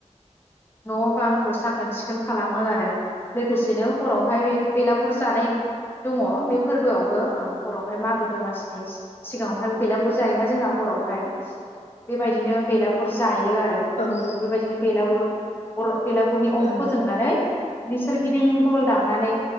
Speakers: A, on the left; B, on the left.
A: न'आव बांखौ साखोन सिखोन खालामो आरो लोगोसेनो हरावहाय बे बेलागुर जानाय दङ बे फोरबोआवबो हरावहाय मागो दमासिनि सि-सिगाङावहाय बेलागुर जायोना जोंना हरावहाय बेबायदिनो बेला बुरजाय यो आरो
B: औ ओं
A: बेबायदिनो बेलागुर <unintelligible> बेलागुरनि अर
B: ओं
A: फोजोंनानै बिनि सोरगिदिं दल दामनानै